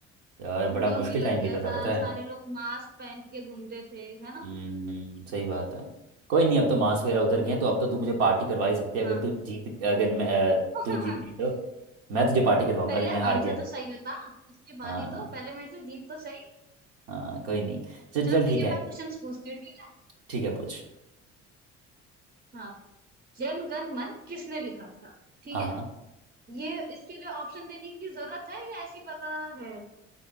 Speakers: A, on the right (about 60°); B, on the right (about 30°).
A: यार बड़ा
B: लॉकडाउन
A: मुश्किल
B: भी लग
A: टाइम बीता
B: गया
A: था
B: था
A: पता
B: सारे
A: है
B: लोग मास्क पहन के घूमते थे है ना
A: हम्म सही बात है कोई नहीं अब तो मास्क वगैरह उतर गए हैं तो अब तो तू मुझे पार्टी करवा ही सकती है
B: हाँ
A: अगर तू जीत अगर मैं अ,
B: <laughs>
A: तू जीत गई तो मैं तुझे पार्टी करवाऊंगा
B: पहले
A: अगर मैं हार
B: आंसर
A: गया
B: तो सही बता उसके
A: हाँ
B: बाद ही तो पहले मेरे से जीत तो सही
A: हाँ कोई नहीं चल
B: चल
A: चल ठीक
B: ठीक है
A: है
B: मैं क्वेश्चंस पूछती हूँ ठीक है
A: ठीक है पूछ
B: हाँ जन गण मन किसने लिखा था ठीक
A: हाँ
B: है
A: हाँ
B: ये इसके लिए ऑप्शन देने की जरूरत है या ऐसे ही पता है